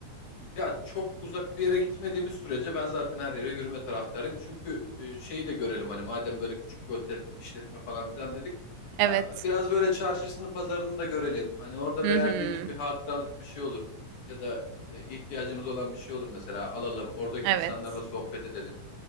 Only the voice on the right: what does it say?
Evet.
Hı
hı.
Evet.